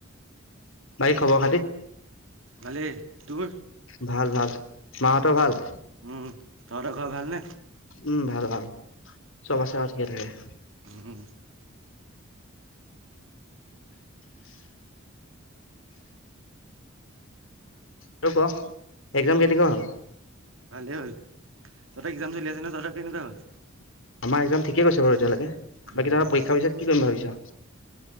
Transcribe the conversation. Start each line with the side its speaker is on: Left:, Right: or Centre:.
Left: খবৰ খাতি?
Right: ভালে, তোৰ?
Left: ভাল ভাল, মা সোতৰ ভাল?
Right: উম তহঁতৰ ঘৰ ভালনে
Left: উম, ভাল ভাল। চব আছে ঠিকে থাকে।
Right: উম।
Left: আৰু ক এক্সাম কেনেকুৱা হল?
Right: ভালেই হ'ল তহঁতৰ এক্জাম চলি আছে ন তহঁতৰ কেনেকুৱা হ'ল
Left: আমাৰ এক্সম ঠিক ঠিকে গৈছে বাৰু এতিয়ালৈকে,
Right: উম
Left: বাকী তৰ পৰীক্ষা পিছত কি কৰিম ভাবিছা?